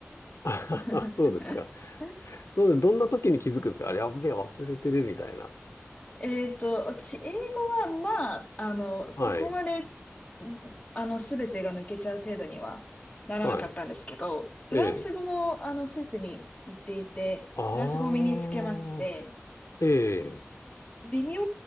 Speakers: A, on the left; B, on the left.
A: あ
B: <laughs>
A: <laughs> そうですか。そうで、どんな時に気づくんですかあれ、やっべえ、忘れてるみたいな。
B: えっと、私、英語は、まあ、あの、そこまで、
A: はい。
B: あの、すべてが抜けちゃう程度にはならなかったんですけど、
A: はい。
B: フランス語も、
A: ええ。
B: あの、スイスに行っていて、
A: ああ、
B: フランス語を身につけまして、
A: ええ。
B: 微妙